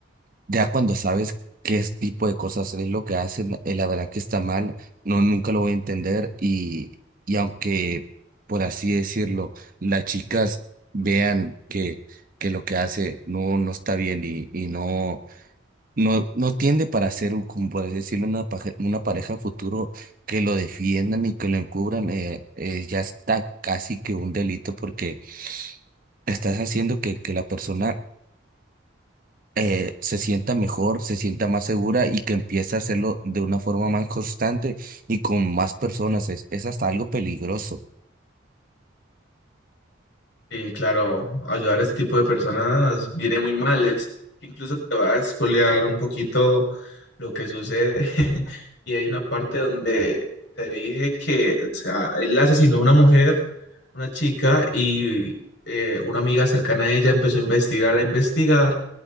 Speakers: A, on the right; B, on the left.
A: Ya cuando sabes qué es- tipo de cosas es lo que hacen, eh, la verdad que está mal, no, nunca lo voy a entender y, y aunque, por así decirlo, las chicas vean que, que lo que hace no, no está bien y, y no, no, no tiende para ser, un- como por así decirlo, una, paje- una pareja futuro que lo defiendan y que lo encubran, eh, eh, ya está casi que un delito porque estás haciendo que, que la persona eh, se sienta mejor, se sienta más segura y que empiece a hacerlo de una forma más constante y con más personas. Es, es hasta algo peligroso.
B: Y claro, ayudar a este tipo de personas viene muy mal. Es, incluso te va a spoilear un poquito lo que sucede. <laughs> Y hay una parte donde te dije que, o sea, él asesinó a una mujer, una chica, y eh, una amiga cercana a ella empezó a investigar, a investigar